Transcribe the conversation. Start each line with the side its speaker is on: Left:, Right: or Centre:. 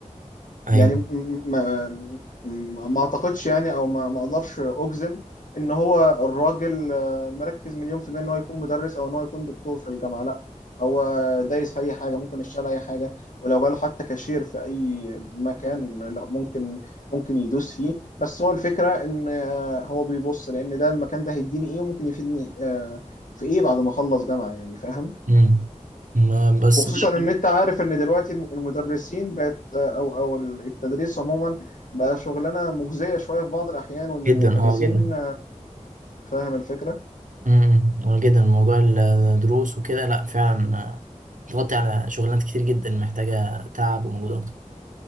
Right: أيوه
Left: يعني م- م- ما ما اعتقدش يعني او ما ما اقدرش اجزم ان هو الراجل آه، مركز مليون في المية ان هو يكون مدرس او ان هو يكون دكتور في الجامعة لا هو دايس في اي حاجة ممكن يشتغل اي حاجة ولو جاله حتى كاشير في اي مكان لا ممكن ممكن يدوس فيه بس هو الفكرة ان آه، هو بيبص لان ده المكان ده هيديني ايه وممكن يفيدني آه، في ايه بعد ما اخلص جامعة يعني فاهم
Right: مم. ما بس
Left: وخصوصا
Right: بقولك
Left: ان انت عارف ان دلوقتي الم- المدرسين بقت او او التدريس عموما بقى شغلانه مجزيه شويه في بعض الاحيان وان
Right: جدا
Left: المدرسين
Right: أه جدا
Left: فاهم الفكره
Right: امم اه جدا موضوع الدروس وكده لأ فعلا آه، بتغطي على شغلانات كتير جدا محتاجة تعب ومجهود أكتر